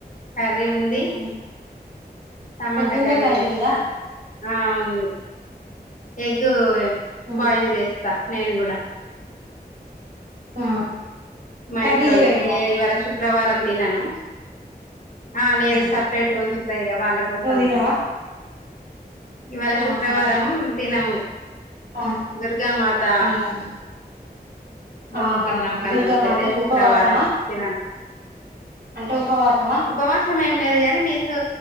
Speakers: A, on the left (about 50°); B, on the right (about 70°).
A: కర్రీ ఉంది
B: ఉమ్
A: టమాటా
B: పొద్దుందే
A: కర్రీ ఏషినా
B: ఉందా
A: ఆ ఉంది ఎగ్గు
B: ఆ
A: బాయిల్ చేస్తా నేను కూడా
B: ఆ
A: మా
B: కర్రీ
A: ఇంట్లోళ్ళకి
B: చేయవేమో
A: నేను ఇవాళ శుక్రవారం తినను ఆ లేదు
B: ఉమ్.
A: సపరేట్ గా ఉంచుతా ఇగ వాళ్ళ కోసం
B: నువ్వు తినవా
A: అని ఇవాళ శుక్రవారం
B: ఆహా
A: తినము
B: ఆ
A: దుర్గామాత
B: ఉమ్
A: మొక్కుకున్నాం
B: ఆహా
A: కానుంచెల్లి
B: దుర్గామాతకు
A: శుక్రవారం
B: ఉపవాసమా
A: తినన్
B: అంటే ఉపవాసమా
A: ఉపవాసం ఏం లేదు గానీ నీసు